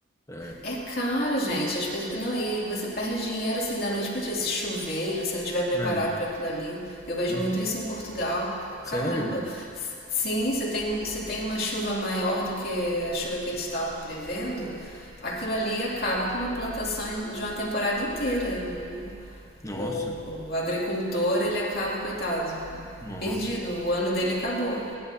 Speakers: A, on the left (about 15°); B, on the left (about 50°).
A: É.
B: É caro, gente. As pe- Não, e você perde dinheiro assim da noite pro dia. Se chover e você não estiver preparado
A: É.
B: para aquilo ali. Eu vejo
A: Nossa.
B: muito isso em Portugal.
A: Sério?
B: Caramba. S- Sim, se tem, se tem uma chuva maior do que a chuva que eles estavam prevendo, aquilo ali acaba com uma plantação de uma temporada inteira. O-
A: Nossa,
B: o, o agricultor ele acaba, coitado,
A: nossa.
B: perdido, o ano dele acabou.